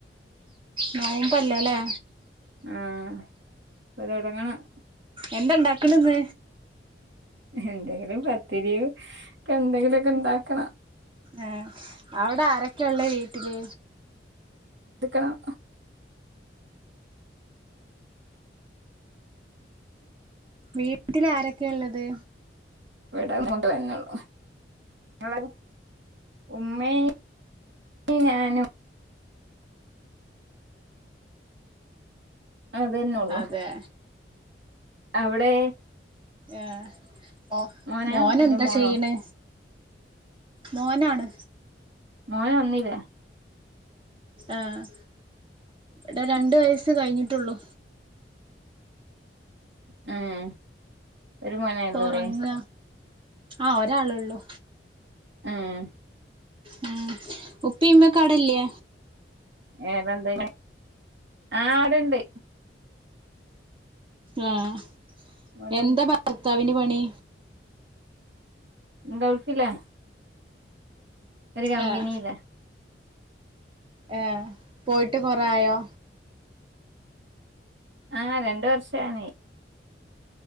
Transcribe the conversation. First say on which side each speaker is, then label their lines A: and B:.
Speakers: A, on the right (about 30°); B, on the right (about 75°).
A: നോമ്പ് അല്ലേലെ
B: ആഹ് ഇപ്പൊ തെടങ്ങണം
A: എന്ത് ഇണ്ടാക്കണത്
B: എന്തെങ്കിലും പത്തിരിയോ എന്തെങ്കിലുമൊക്കെ ഇണ്ടാക്കണം
A: ആഹ് അവിടെ ആരൊക്കെയ ഉള്ളേ വീട്ടില്
B: എടുക്കണം
A: വീട്ടിൽ ആരൊക്കെ ഉള്ളത്
B: ഇവിടെ മുത്ത പെങ്ങള് അവിടയോ ഉമ്മേ ഇ ഞാനും അതെന്നൊള്ളോ
A: അതെ
B: അവിടെ
A: ആഹ് മോ
B: മോനാ
A: മോനെന്താ
B: അല്ല മോളോ
A: ചെയ്യണെ മോനാണ്
B: മോന് ഒന്നില
A: ആഹ് ടെ രണ്ട് വയസ്സ് കഴിഞ്ഞിട്ടെള്ളു
B: മ് ഒരു മോനെ
A: ഇപ്പൊ
B: ഉള്ളൂല്ലേ
A: ഉറങ്ങ ആഹ് ഒരാളെള്ളൂ
B: ആഹ്
A: ഉം ഉപ്പി ഇമ്മക്കാടല്ലേ
B: ഏറെന്തെന്നു ആഹ് ഇടെണ്ട്
A: ആഹ്
B: ഇവിടെണ്ട്
A: എന്താ ഭർത്താവിന് പണി
B: ഗൾഫിലാ ഒരു കമ്പിനില
A: ഏഹ് ഏഹ് പോയിട്ട് കൊറേ ആയോ
B: ആഹ് രണ്ട് വർഷം ആണ്